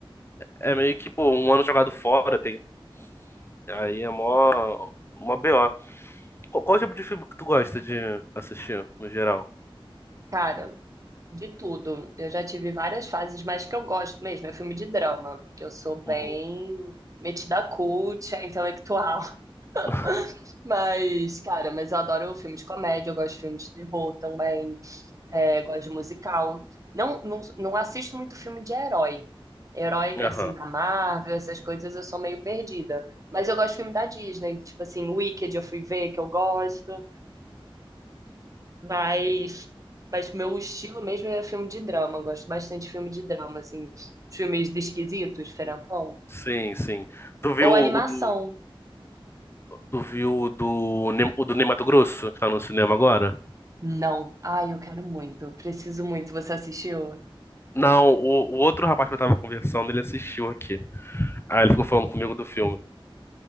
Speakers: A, on the left (about 25°); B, on the right (about 35°).
A: É meio que, pô, um ano jogado fora, tem. Aí é mó, mó BO. Qual, qual tipo de filme que tu gosta de assistir, no geral?
B: cara, de tudo. Eu já tive várias fases, mas que eu gosto mesmo é filme de drama, que eu sou bem
A: Uhum.
B: metida cult, é intelectual. <laughs>
A: <laughs>
B: Mas, cara, mas eu adoro filme de comédia, eu gosto de filme de terror também. é, gosto de musical. Não, não, não assisto muito filme de herói. Herói,
A: Aham.
B: assim, da Marvel, essas coisas, eu sou meio perdida. Mas eu gosto de filme da Disney. Tipo assim, Wicked eu fui ver, que eu gosto. Mas, mas meu estilo mesmo é filme de drama. Eu gosto bastante de filme de drama, assim. Os Filmes esquisitos, diferentão.
A: Sim, sim. Tu viu
B: Ou
A: o
B: animação.
A: do, tu viu o do, Ne- o do Ney Matogrosso, que tá no cinema agora?
B: Não. Ai, eu quero muito. Preciso muito. Você assistiu?
A: Não, o, o outro rapaz que eu tava conversando, ele assistiu aqui. Aí ele ficou falando comigo do filme.